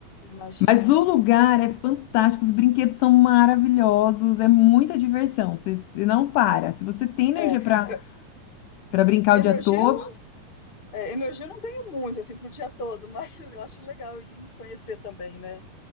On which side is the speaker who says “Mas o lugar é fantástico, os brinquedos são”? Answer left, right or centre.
Left